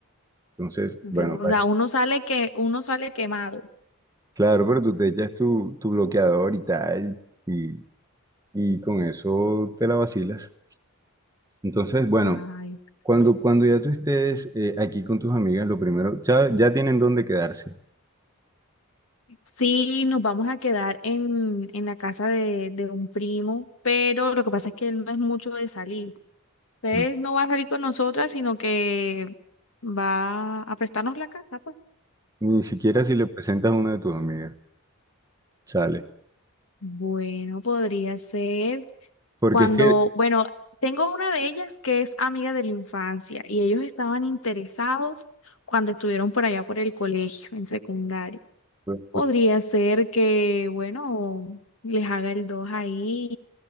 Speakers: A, on the right; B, on the left.
A: Entonces,
B: entonces,
A: bueno,
B: o
A: basi-
B: sea, uno sale que uno sale quemado.
A: claro, pero tú te echas tu, tu bloqueador y tal, y, y con eso te la vacilas. Entonces, bueno,
B: Ay, ok.
A: cuando, cuando ya tú estés eh, aquí con tus amigas, lo primero, ya, ya tienen dónde quedarse.
B: sí, nos vamos a quedar en, en la casa de, de un primo, pero lo que pasa es que él no es mucho de salir. Usted
A: Mm.
B: no va a salir con nosotras, sino que va a prestarnos la casa, pues.
A: Ni siquiera si le presentas a una de tus amigas, sale.
B: Bueno, podría ser
A: Porque
B: cuando,
A: es
B: bueno, tengo una de ellas que es amiga de la infancia y ellos estaban interesados cuando estuvieron por allá por el colegio, en secundaria.
A: que,
B: Podría ser que, bueno, les haga el 2 ahí